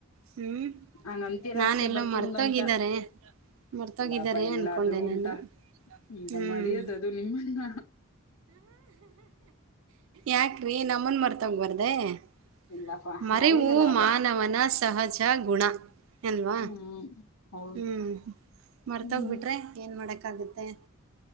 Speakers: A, on the right (about 65°); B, on the left (about 80°).
A: ಹ್ಮ್
B: ಹಂಗಂತೀರ
A: ನಾನ
B: ಅಷ್ಟೇ
A: ಎಲ್ಲೋ
B: ಬರ್ತೀನ್
A: ಮರ್ತೋಗಿದಿದ್ದಾರೆ.
B: ಬಂತ
A: ಮರ್ತೋಗಿದ್ದಾರೆ
B: ಇಲ್ಲಾಪ ಎಲ್ಲಾದ್ರೂ
A: ಅನ್ಕೊಂಡೆ ನಾನು
B: ಉಂಟಾ ಇಲ್ಲ
A: ಹ್ಮ್
B: ಮರ್ಯದ ಅದು ನಿಮ್ಮನ್ನ
A: ಯಾಕ್ರೀ ನಮ್ಮನ್ ಮರ್ತ. ಬರದೇ. <unintelligible>
B: ಇಲ್ಲಪ್ಪಾ
A: ಮರೆವೂಮಾನವನ
B: ಮರ್ಯಾಗೆಲ್ಲ ಆಗಲ್ಲ
A: ಸಹಜ ಗುಣ ಅಲ್ವಾ.
B: ಹ್ಮ್ ಹೌದು
A: ಹ್ಮ್ ಮರ್ತೋಗ್ಬಿಟ್ರೆ
B: ಹ್ಮ್
A: ಏನ್. ಮಾಡಕ್ಕಾಗುತ್ತೆ.